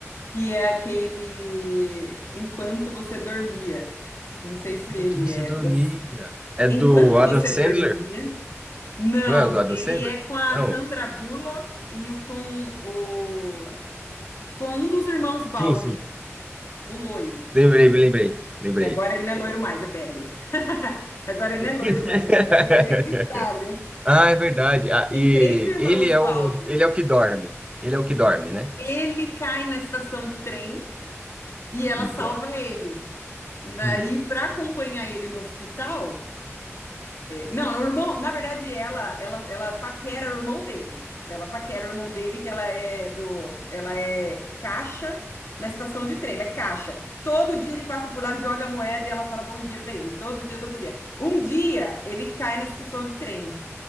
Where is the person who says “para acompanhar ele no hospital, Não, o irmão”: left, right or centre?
Left